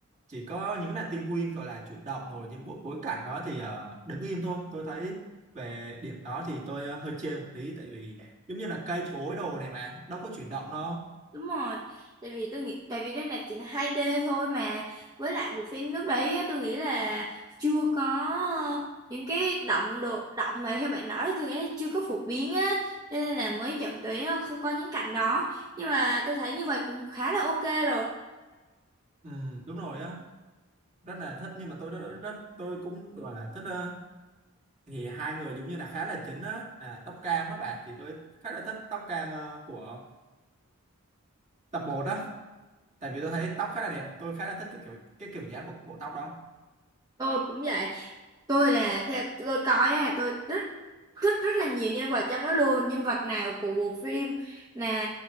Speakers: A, on the right; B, on the right.
A: chỉ có những là tin win gọi là chuyển động rồi những bộ bối cảnh đó thì ờ, đứng im thôi tôi thấy về điểm đó thì tôi ờ, hơi chê một tí tại vì giống như là cây cối đồ này bạn đâu có chuyển động đâu
B: đúng rồi tại vì tôi nghĩ tại vì đây là chỉ là 2D thôi mà với lại bộ phim lúc đấy á, tôi nghĩ là chưa có những cái động độ động mà theo bạn nói thì tôi nghĩ là chưa có phổ biến á cho nên là mới dẫn tới ờ, không có những cảnh đó nhưng mà tôi thấy như vậy cũng khá là ok rồi
A: Ừ, đúng rồi á rất là thích nhưng mà tôi rất, rất tôi cũng gọi là thích ờ, thì hai người giống như là khá là chính á là tóc cam á bạn thì tôi khá là thích tóc cam ờ, của tập một đó tại vì tôi thấy tóc khá là đẹp tôi khá là thích cái kiểu cái kiểu dáng của bộ tóc đó
B: tôi cũng vậy tôi là theo tôi coi á tôi rất rất rất là nhiều nhân vật trong đó luôn nhân vật nào của bộ phim là